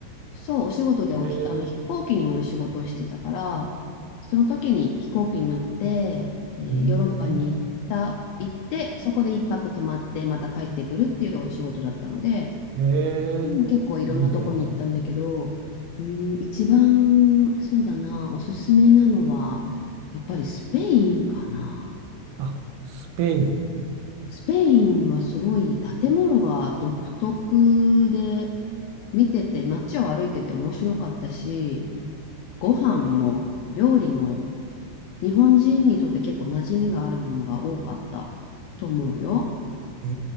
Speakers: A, on the left; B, on the right.
A: そう、お仕事でおひ、
B: ええ
A: あの飛行機に乗る仕事をしてたから、その時に飛行機に乗って、えーヨーロッパに行った、
B: うん
A: 行って、そこで一泊泊まって、また帰ってくるっていうお仕事だったので、
B: え
A: うん、結構いろんなとこに行ったんだけど、
B: えいいね。
A: うん、一番、そうだな、おすすめなのは、やっぱりスペインかな。
B: あスペイン。
A: スペインはすごい建物が独特で、見てて、街を歩いてて面白かったし、ご飯も料理も日本人にとって結構馴染みがあるものが多かったと思うよ。
B: え